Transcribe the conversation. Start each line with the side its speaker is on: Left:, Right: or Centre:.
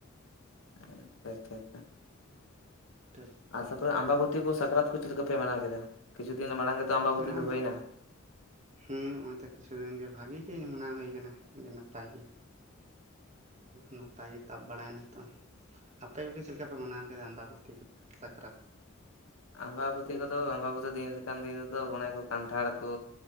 Left: ᱟᱪᱪᱷᱟ ᱟᱪᱪᱷᱟ ᱟᱪᱪᱷᱟ
Right: ᱛᱮ
Left: ᱟᱥᱟᱯᱚᱨᱮ ᱟᱢᱵᱟᱵᱩᱛᱤ ᱠᱚ ᱥᱟᱠᱨᱟᱛ ᱠᱚ ᱪᱮᱫ ᱞᱮᱠᱟᱯᱮ ᱢᱟᱲᱣ ᱠᱮᱫᱟ ᱠᱤᱪᱷᱩ ᱫᱤᱱ ᱢᱟᱲᱟᱝ ᱠᱮᱫ ᱟᱢᱵᱟᱵᱟᱹᱤ
Right: ᱦᱮᱸ
Left: ᱫᱚ ᱦᱩᱭᱱᱟ
Right: ᱦᱮᱸ ᱱᱚᱜ ᱚᱭ ᱛᱚ ᱠᱤᱪᱷᱩ ᱫᱤᱱᱜ ᱜᱮ ᱵᱷᱟᱜᱤ ᱜᱤᱧ ᱢᱟᱱᱟᱣ ᱦᱩᱭ ᱟᱠᱟᱱᱟ ᱟᱹᱰᱤ ᱱᱟᱯᱟᱭ ᱜᱮ ᱱᱟᱯᱟᱭ ᱜᱮᱛᱟᱵᱚ ᱵᱟᱲᱟᱭᱱᱟ ᱛᱚ ᱟᱯᱮ ᱠᱚᱜᱮ ᱪᱮᱫ ᱞᱮᱠᱟ ᱯᱮ ᱢᱟᱱᱟᱣ ᱠᱮᱫᱟ ᱟᱢᱵᱟᱵᱟᱹᱛᱤ ᱠᱚ ᱥᱟᱠᱨᱟᱛ
Left: ᱟᱢᱵᱟᱵᱟᱹᱛᱤ ᱠᱚᱫᱚ ᱟᱢᱵᱟᱵᱟᱹᱛᱤ ᱫᱤᱱ ᱞᱮᱠᱟᱱ ᱫᱤᱱ ᱨᱮᱫᱚ ᱚᱱᱟ ᱠᱚ ᱠᱟᱱᱴᱷᱟᱲ ᱠᱚ